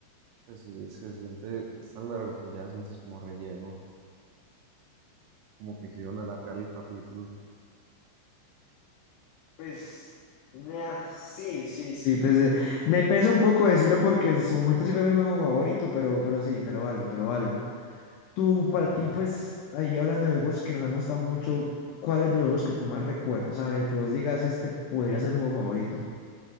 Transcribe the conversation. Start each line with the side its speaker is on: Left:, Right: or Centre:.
Right: Pues sí, se siente, es tan largo que ya sientes como relleno, como que quisieron alargar el capítulo.
Left: Pues, nah, sí, sí, sí, pues eh, me pesa un poco decirlo porque en su momento sí fue mi juego favorito, pero, pero sí, te lo valgo, te lo valgo. Tú, para
Right: Sí.
Left: ti, pues, ahí hablando de juegos que nos han gustado mucho, ¿cuál es de los juegos que tú más recuerdas? O sea, el que vos digas, este podría ser mi juego favorito.